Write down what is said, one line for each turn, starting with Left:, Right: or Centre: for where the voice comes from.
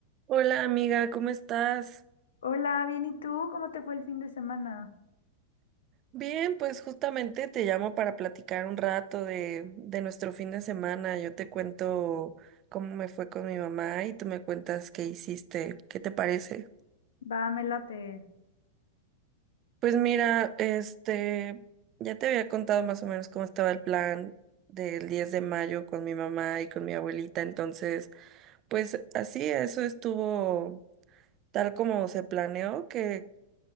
Right: Hola amiga, ¿cómo estás?
Left: Hola, bien, ¿y tú? ¿Cómo te fue el fin de semana?
Right: Bien, pues justamente te llamo para platicar un rato de, de nuestro fin de semana. Yo te cuento cómo me fue con mi mamá y tú me cuentas qué hiciste. ¿Qué te parece?
Left: Va, me late.
Right: Pues mira, este, ya te había contado más o menos cómo estaba el plan del 10 de mayo con mi mamá y con mi abuelita. Entonces, pues así, eso estuvo tal como se planeó, que